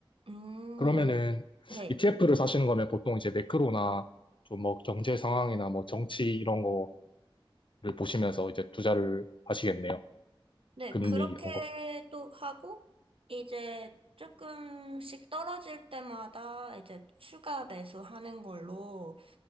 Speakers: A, on the right (about 75°); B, on the left (about 60°).
A: 음,
B: 그러면은
A: 네.
B: ETF를 사시는 거면 보통 이제 매크로나 좀 뭐 경제 상황이나 뭐 정치 이런 거를 보시면서 이제 투자를 하시겠네요.
A: 네,
B: 금리
A: 그렇게
B: 이런 거.
A: 또 하고, 이제 조금씩 떨어질 때마다 이제 추가 매수하는 걸로,